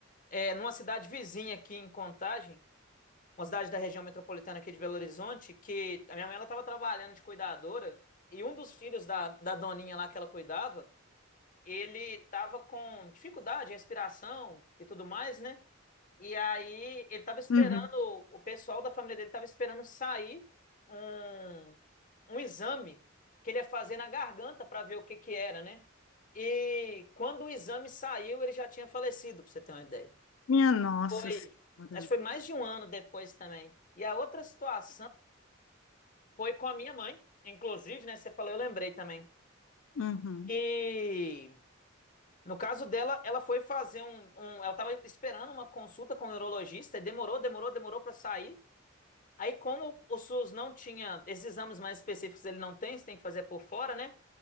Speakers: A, on the left; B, on the left.
A: é, numa cidade vizinha aqui em Contagem. uma cidade da região metropolitana aqui de Belo Horizonte, que a minha mãe ela estava trabalhando de cuidadora e um dos filhos da, da doninha lá que ela cuidava, ele estava com dificuldade em respiração e tudo mais, né? E aí ele estava esperando,
B: Uhum.
A: o pessoal da família dele estava esperando sair um, um exame que ele ia fazer na garganta para ver o que que era, né? E quando o exame saiu, ele já tinha falecido, para você ter uma ideia.
B: Minha Nossa
A: Foi,
B: Senhora.
A: acho que foi mais de um ano depois também. E a outra situação foi com a minha mãe, inclusive, né? Você falou, eu lembrei também.
B: Uhum.
A: E no caso dela, ela foi fazer um, um- ela estava esperando uma consulta com o neurologista e demorou, demorou, demorou para sair. Aí, como o SUS não tinha esses exames mais específicos, ele não tem, você tem que fazer por fora, né?